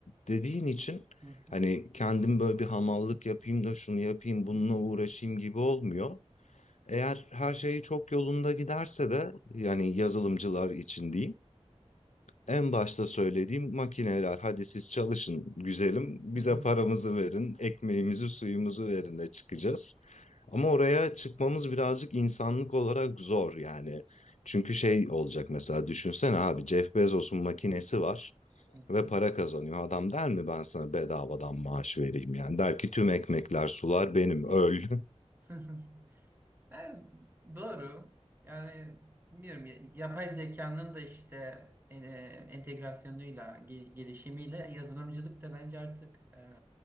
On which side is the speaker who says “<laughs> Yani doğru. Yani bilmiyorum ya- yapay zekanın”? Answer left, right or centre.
Right